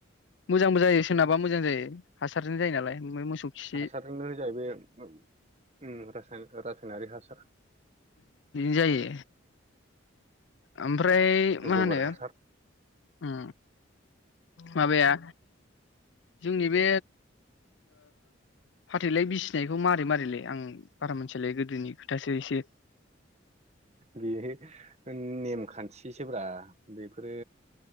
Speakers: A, on the left; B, on the right.
A: मोजांबो जायोसोना बा मोजां जायो हासारजों जायो नालाय ओमफ्राय मोसौ खि
B: हासारनो जाहैबायास रासायनारि हासार
A: जायो ओमफ्राय मा
B: गोबोर
A: होनो
B: हासार
A: माबाया जोंनि बे फाथैलाय ओ बिसिनायखौ मारै मारैलाय आं बारा मोनथिलाय गोदोनि खोथासो एसे
B: बे नेमखान्थिसोब्रा बेफोरो